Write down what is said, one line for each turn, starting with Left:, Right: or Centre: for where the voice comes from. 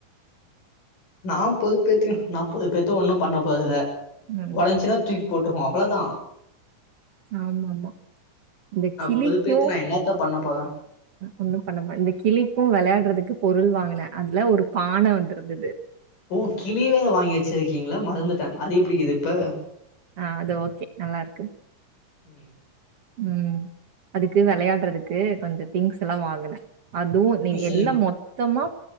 Left: நா பொதுப்பேத்து நா பொதுப்பேத்து ஒண்ணு பண்ண போறதில்ல
Right: ம்.
Left: ஒடச்சுனா தூக்கி போட்டுருவோ அவ்ளதா
Right: ஆமா ஆமா இந்த
Left: நான்
Right: கிளிக்கு
Left: பொறுப்பேத்து நான் என்னத்த பண்ண போறேன்?
Right: ஒண்ணு பண்ணமா இந்த கிளிக்கு விளையாடுறதுக்கு பொருள் வாங்க அதுல ஒரு பான வந்திருந்தது
Left: ஓ கிளி வேற வாங்கி வச்சிருக்கீங்களா மருந்துட்டே அது எப்டிக்குது இப்ப
Right: ஆஹ அது ஓகே நல்லா இருக்கு
Left: உம்
Right: உம் அதுக்கு விளையாடுறதுக்கு கொஞ்சம் திங்ஸ் எல்லா வாங்கினேன் அதுவும்
Left: மனுஷனுக்
Right: எல்லா மொத்தமா